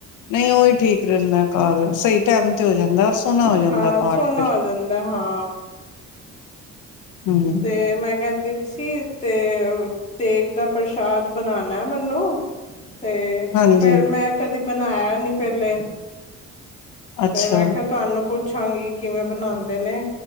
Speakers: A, on the left; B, on the left.
A: ਨਹੀਂ ਉਹ ਹੀ ਠੀਕ ਰਹਿੰਦਾ ਘਰ ਸਹੀ ਟਾਈਮ ਤੇ ਹੋ ਜਾਂਦਾ ਔਰ ਸੋਹਣਾ ਹੋ ਜਾਂਦਾ
B: ਹਾਂ
A: ਪਾਠ
B: ਸੋਨਾ
A: ਫਿਰ।
B: ਹੋ ਜਾਂਦਾ ਹਾਂ
A: ਹੂੰ,
B: ਤੇ ਮੈਂ ਕਹਿੰਦੀ ਵੀ ਸੀ ਤੇ ਤੇਗ ਦਾ ਪ੍ਰਸ਼ਾਦ ਬਣਾਣਾ ਮੈਨੂੰ ਤੇ
A: ਹਾਂਜੀ
B: ਮੈਂ ਕਦੀ ਬਣਾਇਆ ਨੀ ਪਹਿਲੇ
A: ਅੱਛਾ
B: ਤੇ ਮੈਂ ਕਿਹਾ ਤੁਹਾਨੂੰ ਪੁੱਛਾਂਗੇ ਕਿਵੇਂ ਬਣਾਉਂਦੇ ਨੇ